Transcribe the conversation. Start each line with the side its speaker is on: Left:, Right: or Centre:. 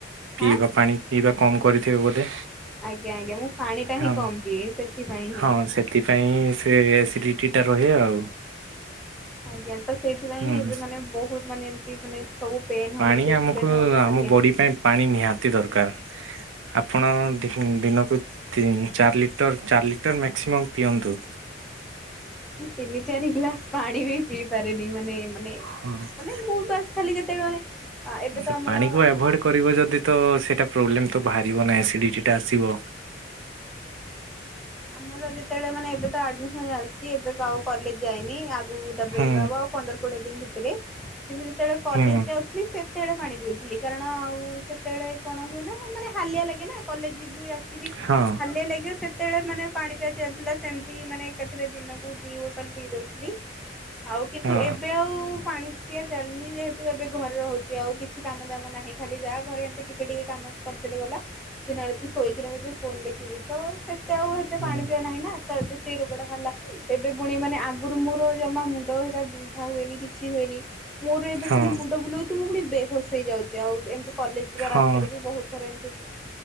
Right: ପିଇବା
Centre: ହାଁ
Right: ପାଣି ପିଇବା କମ କରିଥିବେ ବୋଧେ?
Centre: ଆଜ୍ଞା ଆଜ୍ଞା ମୁଁ ପାଣି ଟା
Right: ହଁ,
Centre: ହିଁ କମ୍ ପିଏ ସେଥିପାଇଁ ହିଁ।
Right: ହଁ ସେଥିପାଇଁ ସେ ଏସିଡିଟି ଟା ରହେ ଆଉ।
Centre: ଆଜ୍ଞା। ତ ସେଇଥିପାଇଁ
Right: ହୁଁ।
Centre: ହିଁ ଏବେ ମାନେ ବହୁତ ମାନେ ଏମତି ମାନେ ସବୁ ପେନ୍
Right: ପାଣି
Centre: ହବ ଚେଷ୍ଟ
Right: ଆମକୁ
Centre: ପେନ୍ ହବ
Right: ଆମ
Centre: ଆଜ୍ଞା।
Right: ବଡି ପାଇଁ ପାଣି ନିହାତି ଦରକାର ଆପଣ ଦିନକୁ ଚାରି ଲିଟର ଚାରି ଲିଟର ମା୍କ୍ସିମମ୍ ପିଅନ୍ତୁ।
Centre: ମୁ ତିନି ଚାରି ଗ୍ଲାସ ପାଣି ବି ପିଇ ପାରନି ମାନେ ମାନେ
Right: ହଁ।
Centre: ମାନେ ମୁଁ ବାସ ଖାଲି ଯେତେବେଳେ ମାନେ ଏବେ
Right: ସେ
Centre: ତ ଆମର
Right: ପାଣିକୁ ଆଭଏଡ୍ କରିବ ଯଦି ତ ସେଇଟା ପ୍ରୋବ୍ଲେମ ତ ବାହାରିବ ନା ଏସିଡିଟିଟା ଆସିବ।
Centre: ଆମର ଯେତେବେଳେ ମାନେ ଏବେ ତ ଆଡମିସନ ଚାଲିଛି। ଏବେ ଆଉ କଲେଜ ଯାଇନି ଆଗକୁ ତାପରେ
Right: ହୁଁ
Centre: ଯିବା ହବ ଆଉ ପନ୍ଦର କୋଡିଏ ଦିନ ଭିତରେ କିନ୍ତୁ ଯେତେବେଳେ କଲେଜ
Right: ହୁଁ
Centre: ଯାଉଥିଲି ସେତେବେଳେ ପାଣି ପିଉଥିଲି କାରଣ ଆଉ ସେତେବେଳେ କଣ ହୁଏ ନା ମାନେ ହାଲିଆ ଲାଗେ ନା କଲେଜ ଯିବୁ ଆସିବି
Right: ହଁ
Centre: ହାଲିଆ ଲାଗିବ ସେ ମାନେ ପାଣି ପିଆ ଚାଲିଥିଲା ସେମିତି ମାନେ ଏକାଥ ରେ ଦିନକୁ ଦି ବୋଟଲ ପିଇ ଦଉଥିଲି। ଆଉ କିନ୍ତୁ
Right: ହଁ
Centre: ଏବେ ଆଉ ପାଣି ପିଆ ଚାଲୁନି ଯେହେତୁ ଏବେ ଘରେ ରହୁଛି ଆଉ କିଛି କାମ ଦାମ ନାହିଁ ଖାଲି ଯାହା ଘରେ ଏମତି କିଛି ଟିକେ ଟିକେ କାମ କରିଦେଲେ ଗଲା ଦିନ ରାତି ଶୋଇକି ରହିବି ଫୋନ ଦେଖିବି ତ ସେ ଏବେ ଆଉ ହେତେ ସେ
Right: ହୁଁ
Centre: ପାଣି ପିଆ ନାହି ନା ତ ଏବେ ସେ ସେଇ ରୋଗ ଟା ବାହାରିଲା ଏବେ ପୁଣି ମାନେ ଆଗରୁ ମୋର ଜମା ମୁଣ୍ଡ ହେଈଟା ବିନ୍ଧା ହୁଏନି କି କିଛି ହୁଏନି ମୋର ଏବେ
Right: ହଁ।
Centre: ଖାଲି ମୁଣ୍ଡ ବୁଲଉଛି ମୁଁ ପୁଣି ବେହୋସ ହେଇଯାଉଛି ଆଉ ଏମତି କଲେଜ ଯିବା ରାସ୍ତାରେ
Right: ହଁ
Centre: ବି ବହୁତ ଥର ଏମତି